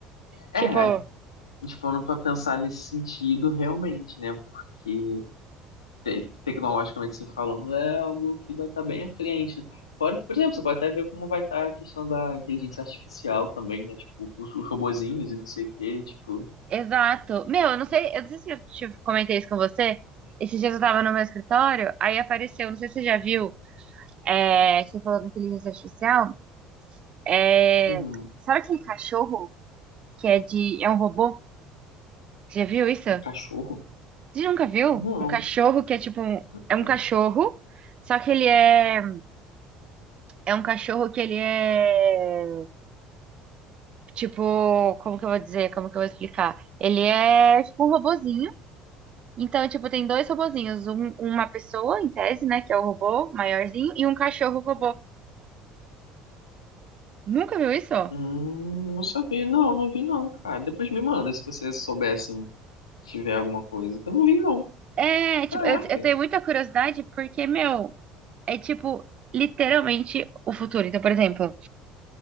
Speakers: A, on the right; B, on the left.
A: Tipo,
B: É, tipo, parando pra pensar nesse sentido realmente, né? Porque te- tecnologicamente se falando é algo que vai estar bem à frente. né? Fora que, por exemplo, você pode até ver como vai estar a questão da inteligência artificial também, né? Tipo, os, os robozinhos e não sei o quê, tipo,
A: exato. Meu, eu não sei, eu não sei se eu te comentei isso com você. Esses dias eu tava no meu escritório, aí apareceu, não sei se você já viu, é, você falou da inteligência artificial, é,
B: um,
A: sabe aquele cachorro que é de, é um robô? Você Já viu isso?
B: um cachorro.
A: Você nunca viu
B: Não,
A: um cachorro que é tipo um, é
B: cara.
A: um cachorro, só que ele é é um cachorro que ele é tipo, como que eu vou dizer, como que eu vou explicar? Ele é tipo um robozinho. Então, tipo, tem dois robozinhos, um- uma pessoa em tese, né, que é o robô maiorzinho e um cachorro robô. Nunca viu isso?
B: Hum, não sabia, não, não vi não, cara. Depois me manda se você souber, assim, tiver alguma coisa. que Eu não vi não.
A: É, tipo,
B: Caraca.
A: eu, eu tenho muita curiosidade porque, meu, é tipo literalmente o futuro. Então, por exemplo,